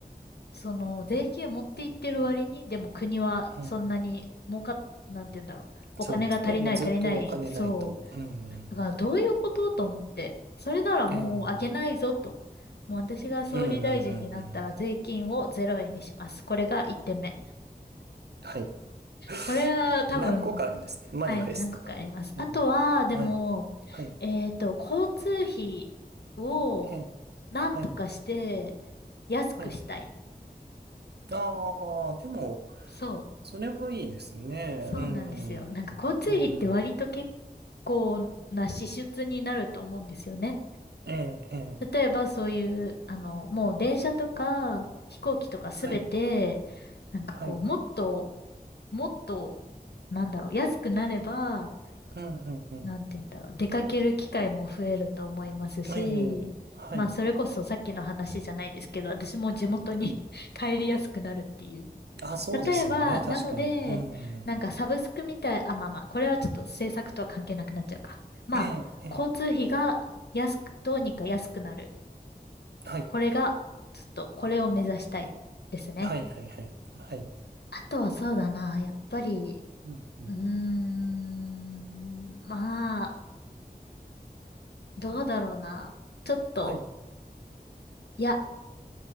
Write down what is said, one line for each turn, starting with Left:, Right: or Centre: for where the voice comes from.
Left: その、税金持っていってる割に、でも国はそんなに儲かっ、
Right: うん
Left: なんて言うんだろう。お金が足りない足りない、
Right: そうですね。まあ、ずっとお金ないと。
Left: そう
Right: うん。
Left: だからどういうことと思って、それならもうあげないぞと。
Right: うん。うん、
Left: もう私が総理大臣になったら税金をゼロ円にします。
Right: うん、うん。うん
Left: これが1点目。
Right: はい。<laughs>
Left: これは多分、
Right: 何個かあるんですね。マニフェストが。
Left: はい、何個かあります。
Right: ええ
Left: あとは、でも、
Right: はい。はい。
Left: えっと、交通費を
Right: ええ
Left: なんとかして
Right: はい。
Left: 安くしたい。
Right: はい。ああ、でも、
Left: そ
Right: それはいいですね。
Left: う、そうなんですよ。
Right: うん。
Left: なんか交通費って割と結
Right: うん、うん。
Left: 構な支出になると思うんですよね。
Right: ええええ
Left: 例えばそういう、あの、もう電車とか飛行機とかすべて、
Right: はい。
Left: なんかこう、
Right: はい。
Left: もっと、もっと、なんだろう、安くなれば、
Right: うん、うん、うん。
Left: なんて言うんだろう、出かける機会も増えると思いますし、
Right: ええはい。
Left: まあ、それこそさっきの話じゃないですけど、私も地元に
Right: はい。
Left: <laughs> 帰りやすくなるっていう。
Right: あ、そうですよね。
Left: 例えば、なので、
Right: 確かに。うん。
Left: なんかサブスクみたい、あ、まあまあ、これはちょっと政策とは関係なくなっちゃうか。まあ、
Right: ええ、ええ。
Left: 交通費が安く、どうにか安くなる。
Right: はい。
Left: これが、ちょっと、これを目指したいですね。
Right: はい、はい、はい。はい。
Left: あとはそうだな、やっぱり、
Right: うん、うん。
Left: うーん、まあ、どうだろうな。ちょっと、
Right: はい。
Left: いや、